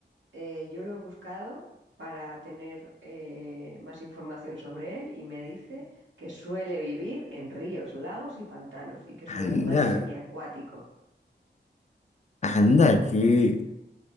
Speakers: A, on the right (about 80°); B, on the left (about 40°).
A: eh, yo lo he buscado para tener eh, más información sobre él y me dice que suele vivir en ríos, lagos y pantanos y que es un
B: Anda,
A: animal semiacuático.
B: anda, que.